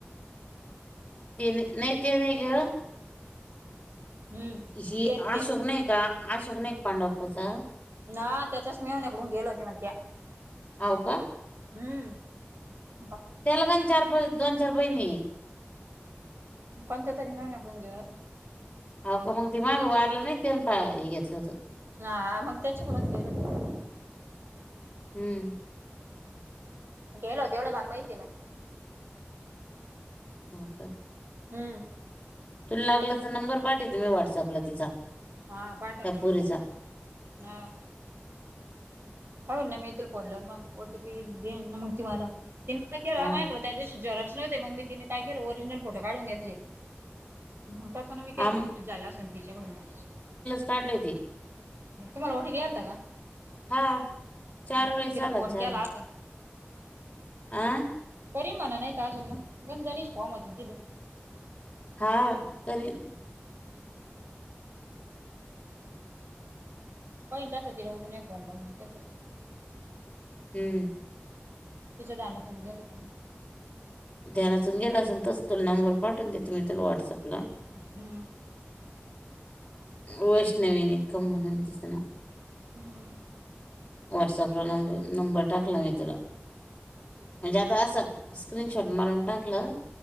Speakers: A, on the left; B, on the right.
A: ते नाही ते नाही ग
B: हम्म
A: हि
B: तेच ते
A: आशोक नाही का आशोक नाही पांडू आप्पाचा
B: ना त्याच्याच मेहुणी कडून गेल होते म्हणत्या
A: हाव का
B: हमम. <unintelligible>
A: त्यालापण चार पाच दोन चार बहिणीये.
B: कोणत्या तरी <unintelligible>
A: आहो का मंग ते मंग वारल नाईका त्या फा हे घेतलं होत.
B: हा मग त्याच्याकडच गेलो होतो.
A: हमम.
B: गेलो तेवढं मला माहितीये ना.
A: ह का <unintelligible>
B: हमम.
A: तुला लागल त नंबर पाठीवते मी व्हॉट्सअपला तिचा
B: हा पाठवल
A: त्या पोरीचा.
B: मग हा. हो ना मी येथून फोन लावीन मंग ओटी पी देईन ना मग मला तर केला
A: हा
B: माझ्याकड त्या दिवशी झेरॉक्स नव्हते मग मी तिने काय केले ओरिजिनल फोटो काढून घेतले. त्याचा ना वी काही
A: हा
B: कनफ्युज
A: म-
B: झालं असेल तिच्याकडून मग
A: काढली होती.
B: तुम्हाला ओ टी पी आलता का?
A: हा चार
B: तुम्ही
A: वेळेस
B: तिला
A: आला
B: फोन
A: चार
B: केला असेन.
A: आ
B: परि म्हणे नाहीत अजून मग गणवेश फॉर्म आहेत तिथं.
A: हा करीन.
B: होईल तसे ती बाई फोन लावून देईल तसे
A: हमम.
B: तिच गाण कोण गेल गाऊन
A: ध्यानातून गेलं असेल तस तुला नंबर पाठवून देते मी तुला व्हॉट्सअपला
B: हमम.
A: वैष्णवी निकम म्हणून तिच नाव.
B: हमम.
A: व्हॉटसअपला न-नंबर टाकला मी तुला. म्हणजे आता असं स्क्रीनशॉट मारून टाकलं.